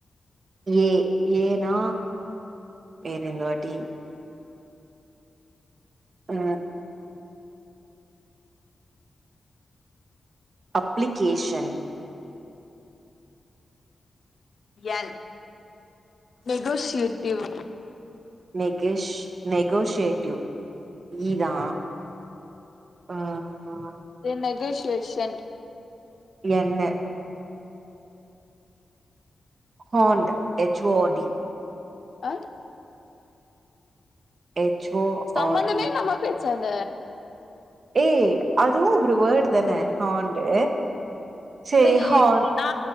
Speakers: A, on the right; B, on the left.
A: ஏ ஏனா வேற இந்தவாட்டி அ அப்ளிகேஷன்
B: என் நெகோசியேட்டிவ்
A: நேகேஸ் நேகோஸ்யேடிவ் இ தா அ அ
B: நெகோசியேஷன்
A: என்னு ஹோண்ட் எச் ஓ ஆர் டி
B: அ
A: ஹெச் ஓ
B: சம்மந்தமே
A: ஆர்
B: இல்லாம பேசாத
A: ஏ அதுவு ஒரு வேட் இருக்குதான ஹண்டு சேரி
B: நா
A: ஹான்
B: எ நா